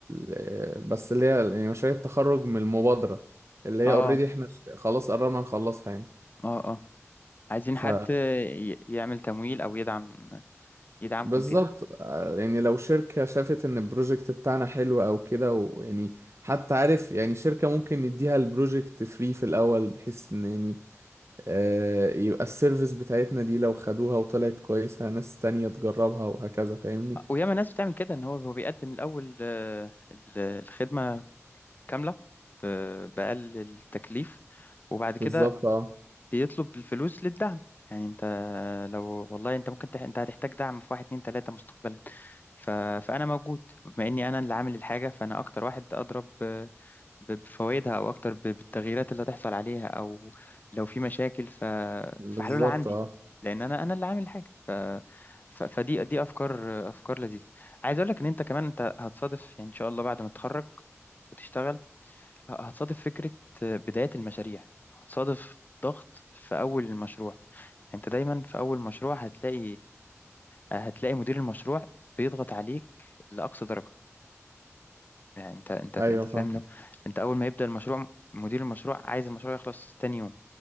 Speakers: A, on the right; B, on the left.
A: آه، بس اللي هي يعني مشاريع التخرج من المبادرة اللي هي
B: اه
A: اوريدي احنا خلاص قررنا نخلصها يعني
B: اه اه عايزين
A: ف
B: حد ي- يعمل تمويل او يدعم يدعمكم
A: بالظبط
B: فيها
A: آه، يعني لو شركة شافت ان البروجكت بتاعنا حلو او كده ويعني حتى عارف يعني شركة ممكن نديها البروجكت فري في الاول بحيث ان يعني آه، يبقى السيرفيس بتاعتنا دي لو خدوها وطلعت كويسة ناس تانية تجربها وهكذا فاهمني
B: وياما ناس بتعمل كده ان هو هو بيقدم الاول آه، ال- الخدمه كامله ب- باقل التكليف وبعد كده
A: بالظبط اه
B: بيطلب الفلوس للدعم يعني انت لو والله انت ممكن تح... انت هتحتاج دعم في واحد اتنين تلاته مستقبلا ف... فانا موجود بما اني انا اللي عامل الحاجه فانا اكتر واحد اضرب آه، ب- بفوائدها او اكتر ب- بالتغييرات اللي هتحصل عليها او لو في مشاكل ف...
A: بالظبط
B: فحلولها عندي
A: اه
B: لان انا انا اللي عامل الحاجه ف... ف... فدي دي افكار افكار لذيذه عايز اقول لك ان انت كمان انت هتصادف يعني ان شاء الله بعد ما تتخرج وتشتغل ه- هتصادف فكره بدايه المشاريع هتصادف ضغط في اول المشروع يعني انت دايما في اول مشروع هتلاقي هتلاقي مدير المشروع بيضغط عليك لاقصى درجه يعني انت انت انت
A: ايوه فاهم
B: فاهم لو انت اول ما يبدأ المشروع مدير المشروع عايز المشروع يخلص تاني يوم